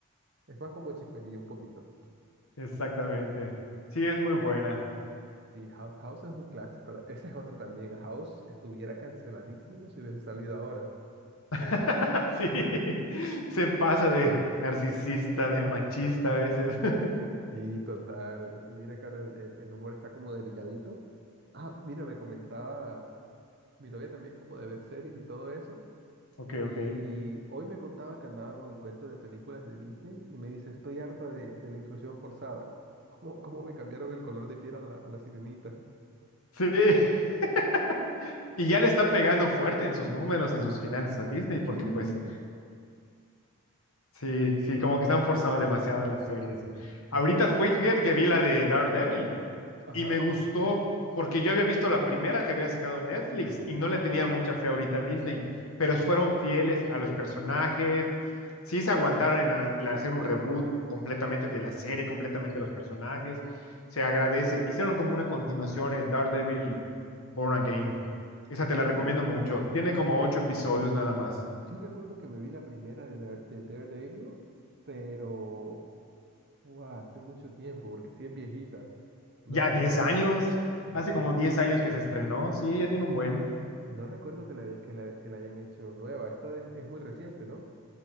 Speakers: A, on the right; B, on the left.
A: es más como chismería un poquito.
B: Exactamente. Sí, es muy buena.
A: Sí, House, House es un clásico, la- esa es otra también, House estuviera canceladísimo si hubiese salido ahora.
B: <laughs> Sí, se pasa de narcisista, de machista a veces. <laughs>
A: Sí, total. Y mira, cara, el, el- el humor está como delicadito. Ah, mira, me comentaba, mi novia también es como de ver series y todo eso.
B: Ok,
A: Y
B: ok.
A: hoy me contaba que andaba con el cuento de películas de Disney y me dice, estoy harta de, de la inclusión forzada. ¿Cómo, cómo me cambiaron el color de piel a la, a la sirenita?
B: Sí. <laughs> Y ya le está pegando fuerte en sus números, en sus finanzas a Disney,
A: Sí,
B: porque pues Sí, sí, como que están forzando demasiado las series.
A: Creo
B: Ahorita
A: que la...
B: fui, fíjate que vi la de Daredevil
A: Ajá.
B: y me gustó porque yo había visto la primera que había sacado Netflix y no le tenía mucha fe ahorita a Disney, pero fueron fieles a los personajes, sí se aguantaron en a- en hacer un reboot completamente de la serie, completamente de los personajes, se agradece. Hicieron como una continuación en Daredevil Born Again. Esa te la
A: Sí.
B: recomiendo mucho. Tiene
A: Yo,
B: como
A: re-
B: ocho episodios nada más.
A: yo recuerdo que me vi la primera de, Dare- de Daredevil, pero... guau, hace mucho tiempo, porque sí es viejita. No
B: Ya
A: sabía,
B: 10 años,
A: Sí,
B: hace como 10 años que se estrenó, sí, ya tiene un buen.
A: no recuerdo que la, haya- que la, que la hayan hecho nueva. Esta es, es muy reciente, ¿no?